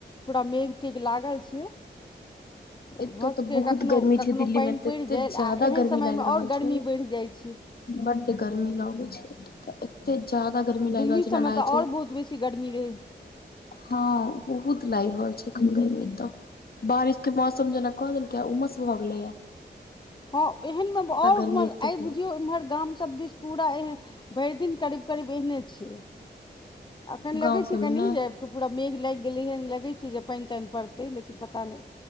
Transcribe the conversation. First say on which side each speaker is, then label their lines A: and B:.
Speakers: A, on the left; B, on the left.
A: पूरा मेघ-तेघ लागल छै। भऽ
B: एतेय तऽ
A: सकैए
B: बहुत
A: कखनो
B: गर्मी
A: कखनो
B: छै दिल्ली
A: पानि
B: मे तऽते
A: पड़ि जाय आ
B: ज्यादा
A: एहन
B: गर्मी
A: समयमे
B: लागि रहल
A: आओर गर्मी
B: छै।
A: बढ़ि जाइ छै
B: बड्ड गर्मी लगै छै। तऽ एते जादा गर्मी लागि
A: दिल्ली
B: रहल छै
A: सभमे
B: न लागै
A: तऽ
B: छै।
A: आओर बहुत बेसी गर्मी रहै
B: हँ बहुत लाइग रहल छै। एखन गर्मी तऽ बारिश के मौसम जेना क देलकैए आ उमस भऽ गेलेैया।
A: हँ एहन मे और
B: गर्मी एते
A: आइ
B: भेल
A: बुझियौ एम्हर गाम सब दिस पूरा ए भरि दिन करीब-करीब एहने छै अखन
B: गाँव
A: लगै
B: सबमे
A: छै कनि
B: ने
A: जे पूरा मेघ लागि गेलै हन लगै छै जे पाइन ताइन पड़तै लेकिन पता नै